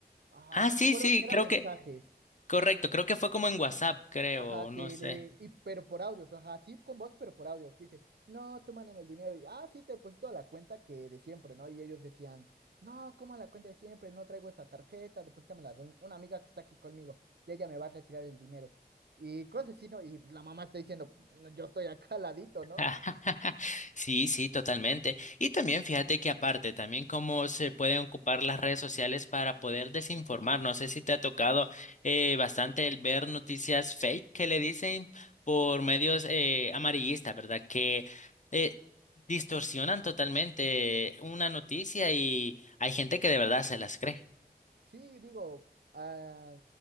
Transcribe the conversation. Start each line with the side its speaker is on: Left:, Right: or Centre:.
Right: ah,
Left: Ah,
Right: no
Left: sí,
Right: recuerdo
Left: sí,
Right: si era
Left: creo
Right: mensajes.
Left: que, correcto, creo que fue como en WhatsApp, creo,
Right: Ajá, que
Left: no sé.
Right: le. Y, pero por audios, ajá, sí con voz, pero por audios. Que dice, no, tú mándame el dinero. Y, ah, sí, te deposito a la cuenta que de siempre, ¿no? Y ellos decían, no, ¿cómo a la cuenta de siempre? No traigo esa tarjeta, deposítamela de un- una amiga que está aquí conmigo. Y ella me va a retirar el dinero. Y cosas así, ¿no? Y pues, la mamá está diciendo, "No, yo estoy acá al ladito, ¿no?
Left: <laughs> Sí, sí, totalmente. Y también fíjate que aparte, también cómo se pueden ocupar las redes sociales para poder desinformar. No sé si te ha tocado eh, bastante el ver noticias fake que le dicen por medios eh, amarillistas, ¿verdad? Que eh, distorsionan totalmente una noticia y hay gente que de verdad se las cree.
Right: Sí, digo, ah,